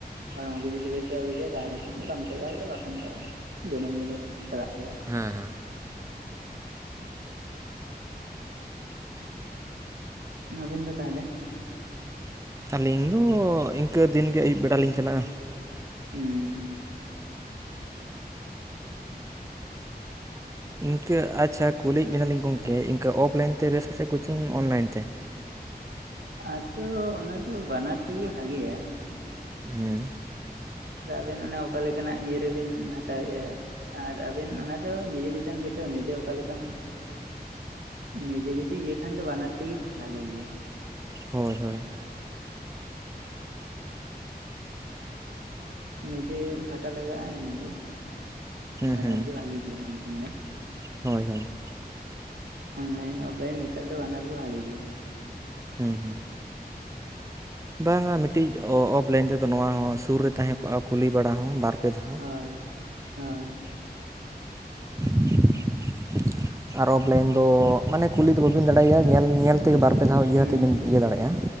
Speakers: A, on the right; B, on the right.
A: ᱦᱚᱲᱢᱚ ᱠᱚ ᱡᱩᱫᱤ ᱵᱮᱥ ᱵᱟᱭ ᱵᱩᱡᱷᱟ ᱛᱟᱦᱚᱞᱮ ᱠᱷᱟᱱ ᱫᱚ ᱵᱟᱝ ᱪᱟᱞᱟᱜ ᱦᱩᱭᱩᱜᱼᱟ ᱵᱟᱠᱷᱟᱱ ᱫᱚ ᱫᱤᱱᱟᱹᱢ ᱜᱮᱞᱮ ᱪᱟᱞᱟᱜ ᱜᱮᱭᱟ
B: ᱦᱮᱸ ᱦᱮᱸ
A: ᱟᱹᱵᱤᱱ ᱫᱚ ᱛᱟᱦᱚᱞᱮ?
B: ᱟᱹᱞᱤᱧ ᱫᱚ ᱤᱱᱠᱟᱹ ᱫᱤᱱ ᱜᱮ ᱟᱹᱭᱩᱵ ᱵᱮᱲᱟ ᱞᱤᱧ ᱪᱟᱞᱟᱜᱼᱟ᱾
A: ᱩᱸ
B: ᱤᱱᱠᱟᱹ ᱟᱪᱪᱷᱟ ᱠᱩᱞᱤᱭᱮᱫ ᱵᱮᱱᱟᱞᱤᱧ ᱜᱚᱢᱠᱮ ᱤᱱᱠᱟᱹ ᱚᱯᱷᱞᱟᱭᱤᱱ ᱛᱮ ᱵᱮᱥ ᱥᱮ ᱠᱳᱪᱤᱝ ᱚᱱᱞᱟᱭᱤᱱ ᱛᱮ?
A: ᱟᱫᱚ ᱚᱱᱟ ᱫᱚ ᱵᱟᱱᱟᱨ ᱛᱮᱜᱮ ᱵᱷᱟᱜᱤᱭᱟ
B: ᱦᱩᱸ
A: ᱪᱮᱫᱟᱜ ᱟᱵᱮᱱ ᱚᱱᱟ ᱚᱠᱟ ᱞᱮᱠᱟᱱᱟᱜ ᱤᱭᱟᱹ ᱨᱮᱵᱮᱱ ᱦᱟᱛᱟᱣᱮᱫᱼᱟ᱾ ᱟᱨ ᱟᱵᱮᱱ ᱚᱱᱟ ᱫᱚ ᱱᱤᱡᱮ ᱪᱮᱛᱟᱱ ᱜᱮᱛᱚ ᱱᱤᱡᱽ ᱡᱮ ᱚᱠᱟ ᱞᱮᱠᱟᱢ ᱱᱤᱡᱮ ᱡᱩᱫᱤ ᱤᱭᱟᱹ ᱠᱷᱟᱱ ᱫᱚ ᱵᱟᱱᱟᱨ ᱛᱮᱜᱮ ᱵᱷᱟᱜᱮ ᱜᱮᱭᱟ
B: ᱦᱳᱭ ᱦᱳᱭ
A: ᱱᱤᱡᱮ ᱠᱷᱟᱴᱟ ᱞᱟᱜᱟᱜᱼᱟ ᱤᱱᱟᱹᱜᱮ
B: ᱦᱮᱸ
A: ᱵᱟᱱᱟᱨ
B: ᱦᱮᱸ
A: ᱜᱮ ᱵᱷᱟᱜᱤ ᱜᱮ ᱵᱟᱝᱠᱷᱟᱱ ᱫᱚ
B: ᱦᱳᱭ ᱦᱳᱭ
A: ᱚᱱᱞᱟᱭᱤᱱ ᱚᱯᱷᱞᱟᱭᱤᱱ ᱱᱮᱛᱟᱨ ᱫᱚ ᱵᱟᱱᱟᱨ ᱜᱮ ᱵᱷᱟᱜᱤ ᱜᱮᱭᱟ᱾
B: ᱦᱩᱸ ᱦᱩᱸ ᱵᱟᱝᱟ ᱢᱤᱫᱴᱤᱡ ᱚᱯᱷᱞᱟᱭᱤᱱ ᱛᱮᱫᱚ ᱱᱚᱣᱟ ᱦᱚᱸ ᱥᱩᱨ ᱨᱮ ᱛᱟᱦᱮᱸ ᱠᱚᱜᱼᱟ ᱠᱩᱞᱤ ᱵᱟᱲᱟ ᱦᱚᱸ ᱵᱟᱨᱯᱮ ᱫᱷᱟᱣ
A: ᱦᱳᱭ ᱦᱳᱭ
B: <inaudible> ᱟᱨ ᱚᱯᱷᱞᱟᱭᱤᱱ ᱫᱚ ᱢᱟᱱᱮ ᱠᱩᱞᱤ ᱫᱚ ᱵᱟᱹᱵᱤᱱ ᱫᱟᱲᱮᱟᱭᱟ ᱧᱮᱞ ᱧᱮᱞ ᱛᱮᱜᱮ ᱵᱟᱨ ᱯᱮ ᱫᱷᱟᱣ ᱤᱭᱟᱹᱛᱮᱵᱤᱱ
A: ᱦᱩᱸ
B: ᱤᱭᱟᱹ ᱫᱟᱲᱮᱭᱟᱜᱼᱟ᱾